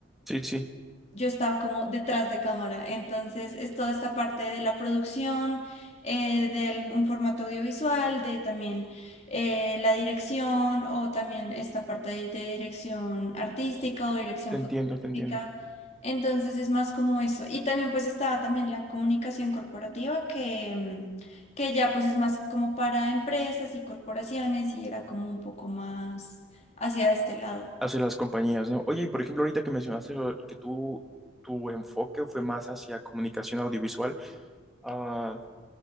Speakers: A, in the centre; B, on the left (about 35°).
A: Sí, sí,
B: yo estaba como detrás de cámara. Entonces, es toda esta parte de la producción, eh, de un formato audiovisual, de también eh, la dirección o también esta parte de, de dirección artística o dirección
A: te entiendo,
B: fotográfica.
A: te entiendo.
B: Entonces, es más como eso. Y también pues estaba también la comunicación corporativa que... mm, que ya pues es más como para empresas y corporaciones y era como un poco más hacia este lado.
A: Hacia las compañías, ¿no? Oye, y por ejemplo, ahorita que mencionaste lo- que tú, tu enfoque fue más hacia comunicación audiovisual, ah,